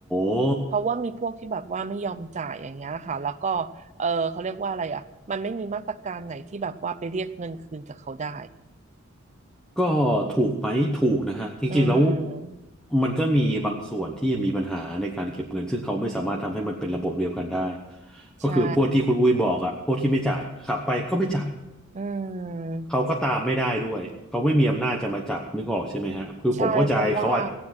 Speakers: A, in the centre; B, on the right.
A: ้
B: เพราะว่ามีพวกที่แบบว่าไม่ยอมจ่ายอย่างเงี้ยค่ะแล้วก็เออเขาเรียกว่าอะไรอ่ะมันไม่มีมาตรการไหนที่แบบว่าไปเรียกเงินคืนจากเขาได้
A: ก็ถูกไหมถูกนะฮะ จริงๆแล้ว
B: อืม
A: มันก็มีบางส่วนที่ยังมีปัญหาในการเก็บเงิน ซึ่งเขาไม่สามารถทำให้มันเป็นระบบเดียวกันได้
B: ใช่
A: ก็คือพวกที่คุณอุ้ยบอกอะพวกที่ไม่จ่ายขับไปก็ไม่จ่าย
B: อืม
A: เขาก็ตามไม่ได้ด้วยเขาไม่มีอำนาจจะมาจับนึกออกใช่ไหมฮะคือผมเข้าใจเขาอาจ
B: ใช่เพราะว่า